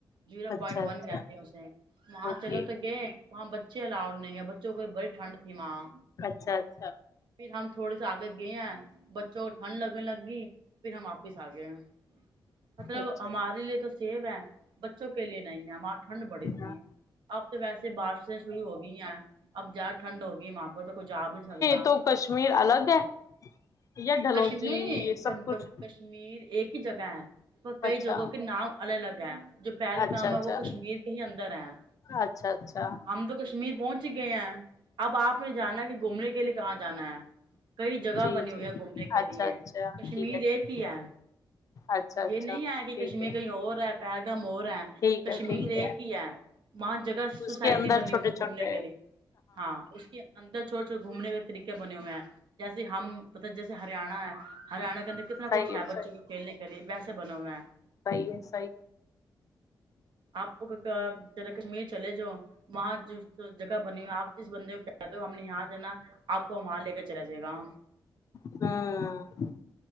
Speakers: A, on the right (about 80°); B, on the left (about 45°).
A: جیرو
B: ہے اچھا
A: پوائنٹ
B: اچھا
A: ون کہتے ہیں اسے وہاں
B: اوکے
A: چلو تو گئے وہاں بچے الا ؤڈ نہیں ہے بچوں کو بڑی ٹھنڈ تھی وہاں
B: اچھا اچھا
A: پھر ہم تھوڑے سے آگے گئے ہیں بچوں کو ٹھنڈ لگنے لگی پھر ہم واپس آ گئے ہیں مطلب
B: اچھا
A: ہمارے لیے تو سیف ہے بچوں کے لیے نہیں ہے وہاں ٹھنڈ بڑی تھی
B: ہاں
A: اب تو ویسے بارشیں شروع ہو گئی ہیں اب زیادہ ٹھنڈ ہوگی وہاں پہ تو کوئی جا بھی نہیں سکتا
B: تو کشمیر الگ ہے یا ڈھلوجی
A: کشم نہیں
B: یہ سب
A: کم کم
B: کچھ
A: کش کشمیر ایک ہی جگہ ہے اور کئی
B: اچھا
A: جگہوں کے نام الگ الگ ہیں جو پہلگام
B: اچھا اچھا
A: ہے وہ کشمیر کے ہی اندر ہے
B: اچھا اچھا
A: ہم تو کشمیر پہنچ گئے ہیں اب آپ نے جانا کہ گھومنے کے لیے کہاں جانا ہے کئی جگہ
B: جی
A: بنی
B: جی
A: ہوئی ہے گھومنے کے
B: اچھا
A: لیے
B: اچھا
A: کشمیر
B: ٹھیک ہے ٹھیک
A: ایک ہی ہے
B: اچھا اچھا
A: یہ نہیں ہے کہ
B: ٹھیک
A: کشمیر
B: ہے
A: کہیں اور ہے پیگم اور ہے
B: ٹھیک
A: کشمییر
B: ہے ٹھیک
A: یہ ہی ہے وہاں جگہ سوسائٹی
B: اس کے اندر
A: بنی
B: چھوٹے
A: ان
B: چھوٹے
A: گھومنے کے لیے ہاں اس کی اندر چھوڑ چھوٹ گھومنے کے طریقے بنے ہوئے ہیں جیسے ہم بتا جیسے ہریانہ ہے ہریانہ کے اندر
B: صحیح
A: کتنا کچھ ہے بچوں
B: صحیح
A: کے کھیلنے کے لیے ویسے بنے ہوئے ہیں
B: صحیح ہے صحیح
A: آپ کشمیر چلے جاؤ وہاں جو جگہ بنی ہوئی آپ جس بندے کو کھدو ہم نے یہاں جانا آپ کو وہاں لے کر چلا جائے گا
B: ہاں